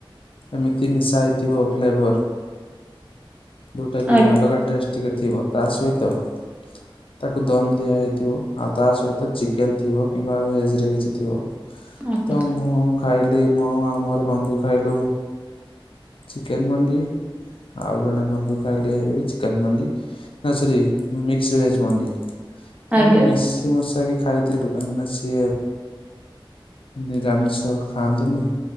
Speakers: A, on the left; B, on the right.
A: ଏମିତି ମିଶା ହେଇଥିବ ଫ୍ଲେଭର୍ ଯଉଟା
B: ଆଜ୍ଞା
A: କି ଅଲଗା ଟେଷ୍ଟ୍ ଟିକେ ଥିବ ତା ସହିତ ତାକୁ ଦମ୍ ଦିଆ ହେଇଥିବ ଆଉ ତା ସହିତ ଚିକେନ୍ ଥିବ କିମ୍ବା ଭେଜ୍ ରେ କିଛି ଥିବ
B: ଆଜ୍ଞା
A: ତ ମୁଁ ଖାଇଲି ମୁଁ ଆଉ ମୋର ବନ୍ଧୁ ଖାଇଲୁ ଚିକେନ୍ ମଣ୍ଡି ଆଉ ଜଣେ ବନ୍ଧୁ ଖାଇଲେ ବି ଚିକେନ୍ ମଣ୍ଡି। ନା ସରି ମିକ୍ସ୍ ଭେଜ୍ ମଣ୍ଡି। ତ
B: ଆଜ୍ଞା
A: ଆମେ ମିଶି ମୁଶାକି ଖାଇଥିଲୁ କାହିଁକି ନା ସିଏ ନିରାମିଷ ଖାଆନ୍ତିନି